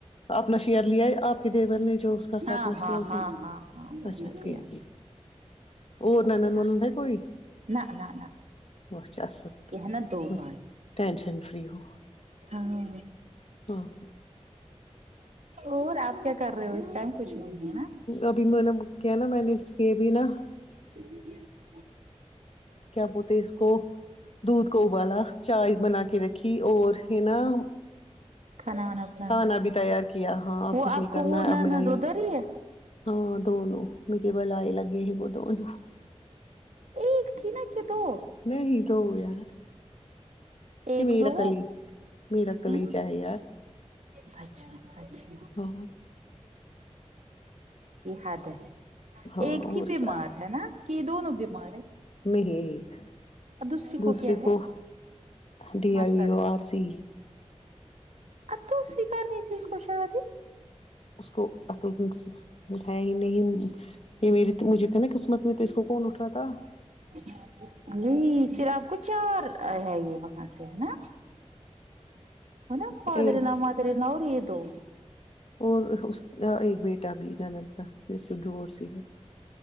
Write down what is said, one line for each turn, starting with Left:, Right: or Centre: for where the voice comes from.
Left: اپنا شئر لیا ہے آپ کے دیور نے جو
Right: ہاں
Left: اپنا
Right: ہاں
Left: شئیر
Right: ہاں ہاں ہاں وہ
Left: اچھا
Right: ہو
Left: ٹھیک
Right: گیا
Left: اور
Right: ہو
Left: نند
Right: گیا
Left: ونند ہے کوئی
Right: نہ نہ نہ
Left: بہت اچھا ہے
Right: یہ نا دو بھائی
Left: ٹینشن فری ہو
Right: ہاں
Left: ہاں
Right: اور آپ کیا کر رہے ہو اس ٹائم کچھ بھی نہیں ناں
Left: ابھی میں نے کیا ناں میں نے یہ بھی ناں
Right: <unintelligible>
Left: کیا بولتے اس کو دودھ کو ابالا چائے بنا کے رکھی اور ہے ناں
Right: کھانا وانا بنایا
Left: کھانا بھی تیار کیا ہاں اب
Right: وہ
Left: کچھ
Right: آپ
Left: نہیں
Right: کو
Left: کرنا
Right: وہ
Left: ہے
Right: نہ
Left: اب میں
Right: نند
Left: آئی
Right: ادھر ہی ہے
Left: ہاں دونوں میرے بلائے لگے ہے وہ دونوں
Right: ایک کی ناں کہ دو
Left: نہیں تو یار
Right: ایک
Left: یہ میرا
Right: جو
Left: کلی میرا کلیجا
Right: ہوں
Left: ہے یار
Right: سچ میں سچ میں
Left: ہاں
Right: یہ حد ہے
Left: ہاں
Right: ایک
Left: اور
Right: ہی بیمار
Left: کیا
Right: ہے ناں کہ دونوں بیمار ہے
Left: میں ہی ایک
Right: اور دوسری
Left: دوسرے
Right: کیا ہے
Left: کو ڈی
Right: ماتسر
Left: آئی وی او
Right: ہے
Left: آر سی
Right: اب دوسری کرنی تھی اس کو شادی
Left: اس کو عقل کی ہے ہی نہیں یہ میری مجھے تھا نا قسمت میں تو اس کو کون اٹھاتا
Right: <unintelligible> نہیں پھر آپ کو چار ہے یہ وہاں سے ہے ناں ان ہے ناں
Left: تھا
Right: فادر انلاء مادر انلاء اور یہ دو
Left: اور اس کا ایک بیٹا بھی نند کا جس کو ڈوورس ہوئی ہے